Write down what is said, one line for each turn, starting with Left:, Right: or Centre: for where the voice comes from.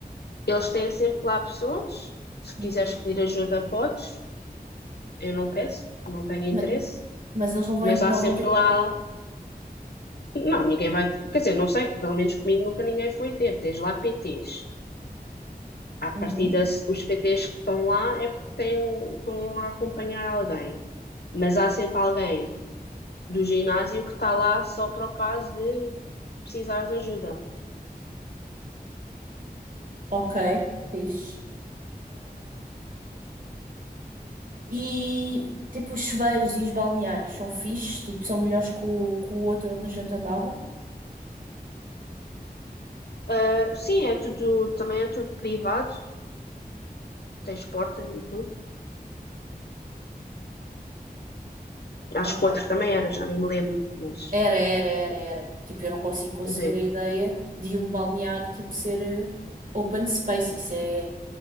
Left: eles têm sempre lá pessoas, se
Right: Uhum.
Left: quiseres pedir ajuda, podes. Eu não peço, não tenho interesse.
Right: Ma- Mas, eles não vão,
Left: Mas há
Right: não
Left: sempre
Right: vão ter. co-
Left: lá. Não, ninguém vai. Quer dizer, não sei, pelo menos comigo nunca ninguém foi ter. Tens lá PTs. À partida,
Right: Uhum.
Left: os PTs que estão lá é porque têm, estão a acompanhar alguém. Mas há sempre alguém do ginásio que está lá só para o caso de precisar de ajuda.
Right: Ok, fixe. E tipo, os chuveiros e os balneários são fixes, tipo, são melhores que o, que o outro onde a gente andava.
Left: Ah, Sim, é tudo, também é tudo privado, tens portas e tudo. Acho
Right: Ok.
Left: que o outro também era, já nem me lembro, mas
Right: Era, era, era, era. Tipo, eu não consigo conceber
Left: quer dizer,
Right: a ideia de um balneário tipo ser eh, open space. Isso é